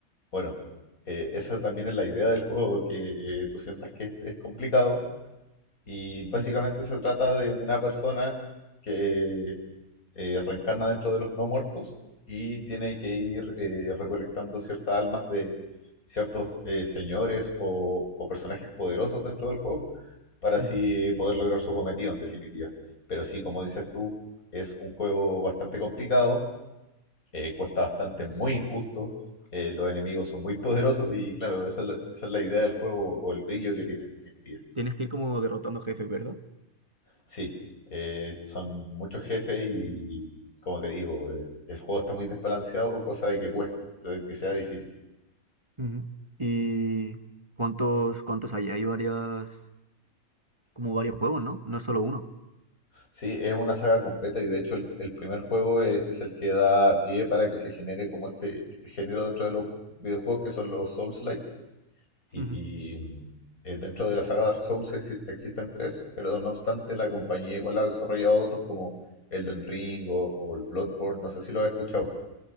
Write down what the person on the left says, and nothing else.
bueno, eh, esa también es la idea del juego, que eh, tú sientas que este es complicado y básicamente
se trata de una persona que eh, reencarna dentro de los no muertos y tiene que ir eh, recolectando ciertas almas de ciertos eh, señores o, o personajes poderosos dentro del juego para así
eh, poder lograr su cometido en definitiva. Pero sí, como dices tú, es un juego bastante complicado, eh, cuesta bastante, muy injusto, eh, los enemigos son muy poderosos y claro, esa es la, esa es la idea del juego o el brillo que tiene en definitiva.
Sí, eh, son muchos jefes y, como te digo, eh, el juego está muy desbalanceado, cosa de que cueste, de que sea difícil.
Sí, es una saga completa y de hecho el, el primer juego e- es, el que da pie para que se genere como este, este género dentro de los videojuegos que son los Souls-like. Y,
y, mm, eh, dentro de la saga Dark Souls exi- existen tres, pero no obstante la compañía igual ha desarrollado otros como Elden Ring o, o el Bloodborne, no sé si lo has escuchado